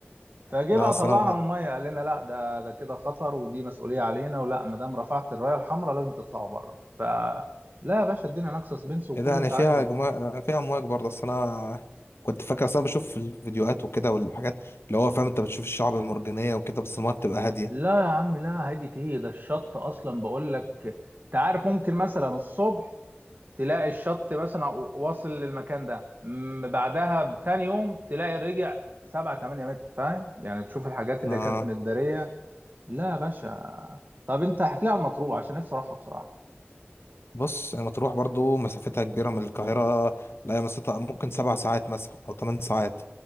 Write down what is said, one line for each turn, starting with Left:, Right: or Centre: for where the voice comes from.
Right: فجه
Left: لا
Right: بقى
Left: سلام
Right: طلعنا من الميه قال لنا لا ده ده كده خطر ودي مسؤوليه علينا ولا ما دام رفعت الرايه الحمراء لازم تطلعوا بره ف لا يا باشا الدنيا ناقصه سبنس وكل
Left: ايه ده
Right: اللي
Left: يعني
Right: انت
Left: فيها
Right: عايزه
Left: جما... فيها امواج برضه اصل انا كنت فاكر اصل انا بشوف في الفيديوهات وكده والحاجات اللي هو فاهم انت بتشوف الشعب المرجانيه وكده بس المايه بتبقى هاديه
Right: لا يا عم لا هادي ايه ده الشط اصلا بقول لك انت عارف ممكن مثلا الصبح تلاقي الشط مثلا واصل للمكان ده م- بعدها بتاني يوم تلاقي رجع 7 8 متر فاهم يعني تشوف الحاجات اللي
Left: آه
Right: كانت متداريه لا يا باشا طب انت احكي لي على المطروح عشان نفسي اروحها بصراحه
Left: بص يعني مطروح برضه مسافتها كبيره من القاهره لا هي مسافتها ممكن سبع ساعات مثلا او ثمان ساعات